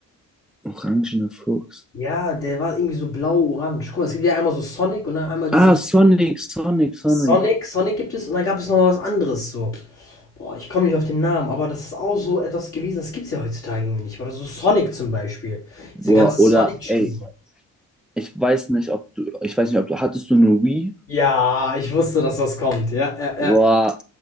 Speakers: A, in the centre; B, on the left.
A: Orangener Fuchs.
B: Ja, der war irgendwie so blau-orange. Guck mal, es gibt ja einmal so Sonic und dann einmal diese
A: Ah, Sonic, Sonic, Sonic.
B: Sonic, Sonic gibt es und dann gab es noch was anderes so. Boah, ich komme nicht auf den Namen, aber das ist auch so etwas gewesen, das gibt es ja heutzutage irgendwie nicht. Oder so Sonic zum Beispiel.
A: Boah,
B: Diese ganzen Sonic-Spiele.
A: oder ey, ich weiß nicht, ob du, ich weiß nicht, ob du, hattest du eine Wii?
B: Ja, ich wusste, dass das kommt. Ja, ja,
A: Boah,
B: ja.